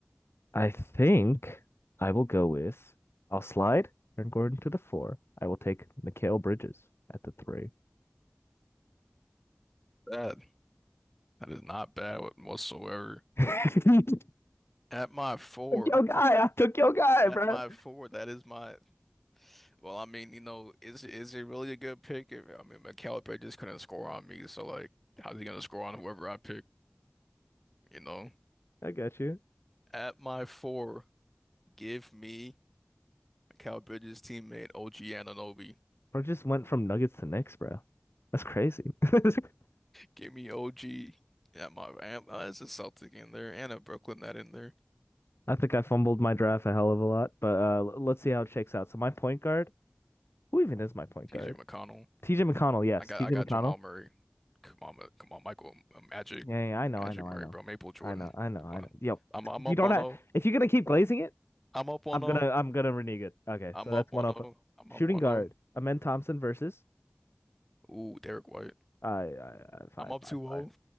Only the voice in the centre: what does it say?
Bad. that is not bad whatsoever.
At my four,
at
my four, that is my. Well, I mean, you know, is is it really a good pick? If, I mean, McAllister just couldn't score on me, so like, how's he gonna score on whoever I pick? You know.
At my four, give me Mikal Bridges' teammate OG Anunoby.
Give me OG at my and, uh, it's a Celtic in there and a Brooklyn net in there.
TJ
McConnell.
I got
I got
Jamal Murray. Come on, Ma- come on, Michael uh, Magic,
Magic
Murray,
bro. Maple Jordan.
Come
on.
I'm I'm
up
1-0.
I'm up 1-0.
I'm
up
1-0.
I'm
up 1-0.
Ooh, Derek White.
I'm up 2-0.